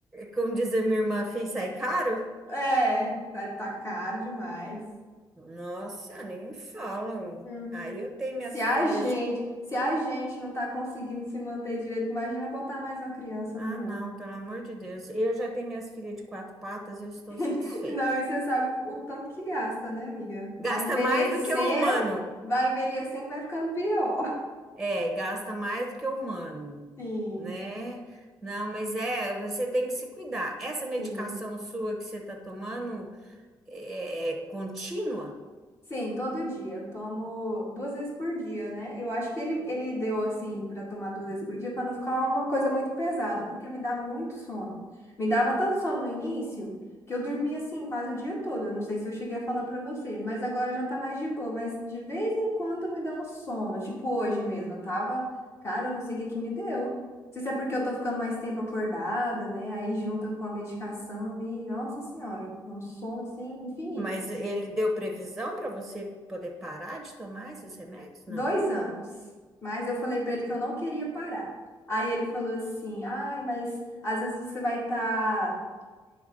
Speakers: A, in the centre; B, on the left.
A: como dizer minha irmã, filho, sai caro?
B: É, tá, tá caro demais.
A: Nossa, nem me falam.
B: Hum.
A: Aí eu tenho
B: Se
A: minhas
B: a
A: filhas
B: gente,
A: de.
B: se a gente não tá conseguindo se manter direito, imagina botar mais uma criança
A: Ah,
B: no mundo.
A: não, pelo amor de Deus. Eu já tenho minhas filhas de quatro patas, eu estou satisfeita.
B: <laughs> Não, e você sabe o tanto que gasta, né, amiga? Vai
A: Gasta
B: envelhecendo,
A: mais do que o humano.
B: vai envelhecendo, vai ficando pior.
A: É, gasta mais do que o humano,
B: <laughs> Sim,
A: né? Não, mas é, você tem que se cuidar. Essa medicação
B: sim.
A: sua que você está tomando é é contínua,
B: Sim, todo dia. Eu tomo duas vezes por dia, né? Eu acho que ele, ele deu assim para tomar duas vezes por dia para não ficar uma coisa muito pesada, porque me dá muito sono. Me dava tanto sono no início que eu dormia assim quase o dia todo. Eu Não sei se eu cheguei a falar para você, mas agora já tá mais de boa. Mas de vez em quando me dá um sono, tipo hoje mesmo. Eu tava, cara, eu não sei o que que me deu. Não sei se é porque eu tô ficando mais tempo acordada, né? Aí junta com a medicação e, nossa senhora, é um sono assim infinito.
A: mas ele deu previsão para você poder parar de tomar esses remédios? Não.
B: dois anos, mas eu falei para ele que eu não queria parar. Aí ele falou assim, ai, mas às vezes você vai estar